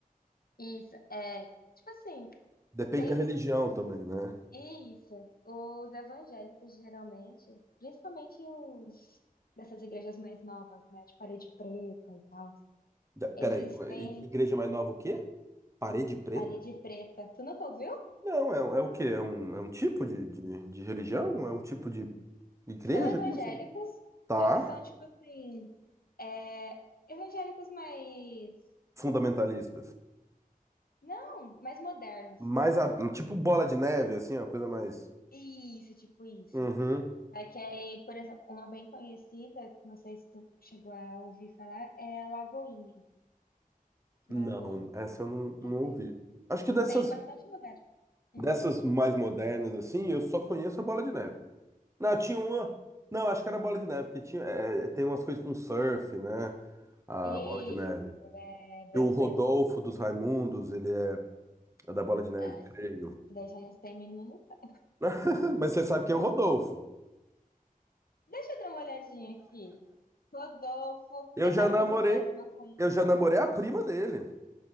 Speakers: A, on the left (about 80°); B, on the right (about 20°).
A: Isso, é, tipo assim,
B: Depende
A: tem
B: da
A: um,
B: religião também, né?
A: isso, os evangélicos geralmente, principalmente os dessas igrejas mais novas, né, de parede preta e tal,
B: Da- Peraí,
A: eles têm
B: i- igreja mais nova o quê? Parede preta?
A: parede preta. Tu nunca ouviu?
B: Não, é, é o quê? É um, é um tipo de, de, de religião? É um tipo de igreja?
A: São evangélicos,
B: Como assim? Tá.
A: só que são, tipo assim, é, evangélicos mais,
B: fundamentalistas.
A: não, mais modernos.
B: Mais a- tipo bola de neve, assim, a coisa mais.
A: Isso, tipo isso.
B: Uhum.
A: É que aí, por exemplo, uma bem conhecida, que não sei se tu chegou a ouvir falar, é Lagoinha.
B: Não,
A: Lagoinha.
B: essa eu não, não
A: É bem...
B: ouvi. Acho que dessas,
A: Tem bastante lugar. Hum.
B: dessas mais modernas, assim, eu só conheço a bola de neve. Não, tinha uma. Não, acho que era bola de neve, porque tinha, é, é, tem umas coisas com surf, né? A
A: Isso,
B: bola de neve.
A: é bem,
B: E o Rodolfo
A: bem louco.
B: dos Raimundos, ele é, é da bola de neve,
A: Ah, isso
B: creio.
A: daí já não tem mínimo noção.
B: <laughs> Mas você sabe quem é o Rodolfo?
A: Deixa eu dar uma olhadinha aqui. Rodolfo,
B: Eu
A: você
B: já
A: sabe
B: namorei,
A: que eu sou péssima com...
B: eu já namorei a prima dele.